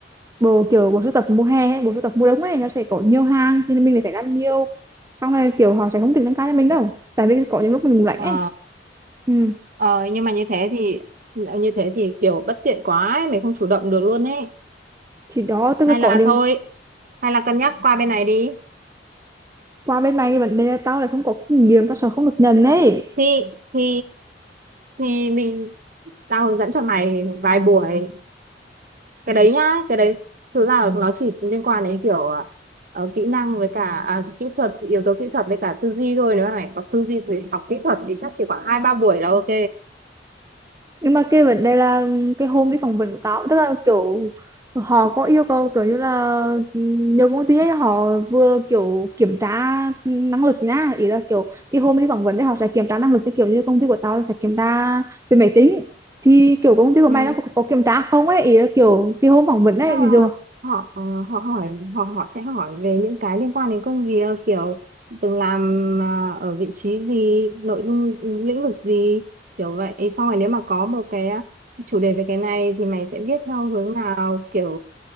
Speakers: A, on the right; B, on the right.
A: bộ kiểu bộ sưu tập mùa hè hay bộ sưu tập mùa đông ấy nó sẽ có nhiều hàng thì mình lại phải làm nhiều xong rồi kiểu họ sẽ không tính tăng ca cho mình đâu tại vì có những lúc mình lạnh
B: Ờ,
A: ấy ừ.
B: ờ, nhưng mà như thế thì như thế thì kiểu bất tiện quá ấy, mình không chủ động được luôn ấy.
A: thì đó tức là
B: Hay
A: có
B: là
A: những
B: thôi, hay là cân nhắc qua bên này đi.
A: qua bên mày cái vấn đề là tao lại không có kinh nghiệm tao sợ không được nhận ấy
B: Thì thì thì mình tao hướng dẫn cho mày vài buổi. Cái đấy nhá, cái đấy thực ra là nó chỉ liên quan đến kiểu ờ, kỹ năng với cả à, kỹ thuật, yếu tố kỹ thuật với cả tư duy thôi. Nếu mà mày có tư duy thì học kỹ thuật thì chắc chỉ khoảng hai ba buổi là ok.
A: nhưng mà cái vấn đề là ừm, cái hôm đi phỏng vấn của tao tức là kiểu họ có yêu cầu kiểu như là ừ, nhiều công ty ấy họ vừa kiểu kiểm tra năng lực nhá ý là kiểu cái hôm đi phỏng vấn đấy họ sẽ kiểm tra năng lực như kiểu như công ty của tao sẽ kiểm tra về máy tính thì kiểu công ty của
B: Ừ.
A: mày nó có, có kiểm tra không ấy ý là kiểu cái hôm phỏng vấn ấy
B: Tức là
A: ví dụ
B: họ ờ, họ hỏi họ họ sẽ hỏi về những cái liên quan đến công việc kiểu từng làm à, ở vị trí gì nội dung ừ, lĩnh vực gì kiểu vậy xong rồi nếu mà có một cái à, chủ đề về cái này thì mày sẽ viết theo hướng nào kiểu